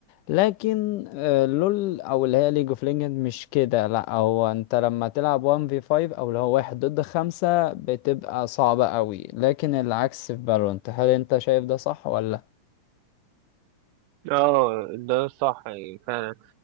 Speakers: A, on the left (about 85°); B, on the right (about 85°).
A: لكن آه، لول او اللي هي ليج اوف ليجند مش كده لا هو انت لما تلعب 1 في 5 او اللي هو واحد ضد خمسة بتبقى صعبة قوي لكن العكس في فالورانت هل انت شايف ده صح ولا
B: اه ده صح يعني فعلا